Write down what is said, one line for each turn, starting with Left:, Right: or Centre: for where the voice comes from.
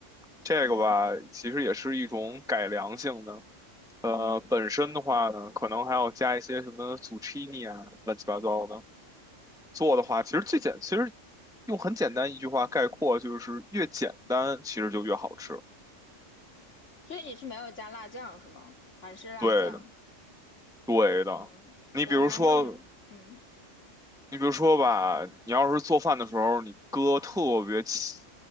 Centre: 这个吧，
Left: 嗯
Centre: 其实也是一种改良性的。呃，
Left: 嗯，
Centre: 本身的话呢，可能还要加一些什么 zucchini 啊，乱七八糟的。做的话，其实最简，其实用很简单一句话概括，就是越简单，其实就越好吃。
Left: 所以你是没有加辣酱是吗？还是辣酱，
Centre: 对的。对的，
Left: 嗯，
Centre: 你比如说，
Left: 我难怪什么嗯
Centre: 你比如说吧，你要是做饭的时候，你搁特别奇